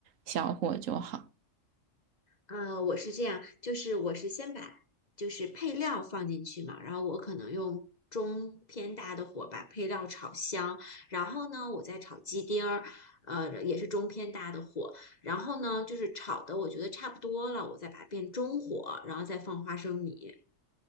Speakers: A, on the right (about 80°); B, on the left (about 35°).
A: 小火就好？
B: 呃，我是这样，就是我是先把就是配料放进去嘛，然后我可能用中偏大的火把配料炒香，然后呢，我再炒鸡丁儿，呃，也是中偏大的火，然后呢，就是炒的我觉得差不多了，我再把它变中火，然后再放花生米，